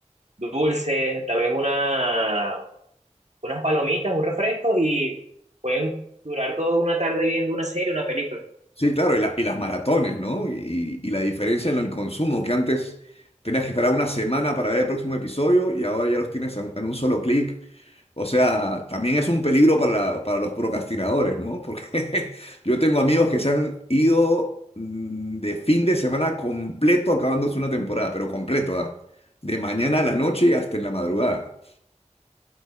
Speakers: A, on the right (about 65°); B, on the left (about 50°).
A: dulces, tal vez una, unas palomitas, un refresco y pueden durar toda una tarde viendo una serie, una película.
B: Sí, claro, y, la- y las maratones, ¿no? Y, y la diferencia en el consumo, que antes tenías que esperar una semana para ver el próximo episodio y ahora ya los tienes en, en un solo clic. O sea, también es un peligro para, la- para los procrastinadores, ¿no? Porque <laughs> yo tengo amigos que se han ido mm, de fin de semana completo acabándose una temporada, pero completo, ¿ah? De mañana a la noche y hasta en la madrugada.